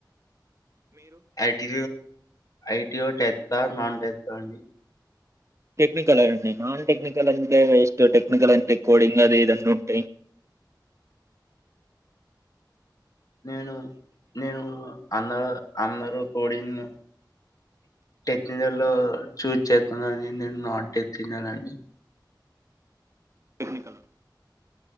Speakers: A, on the left (about 50°); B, on the right (about 40°).
A: ఆర్టీ ఐటిలో టెత్ నాన్ టెత్ <unintelligible> అండి
B: టెక్నికల్ అండి నాన్ టెక్నికల్ అంతే ఎస్ట్ టెక్నికల్ అంతే కోడింగ్ అది ఇన్న ఉంటయి
A: నేను నేను అందరు అందరుూ కోడింగ్ టెక్నికల్ లో చూజ్ చేస్తుాన్నాని నేను నాన్ టెక్నికల్ అని
B: టెక్నికల్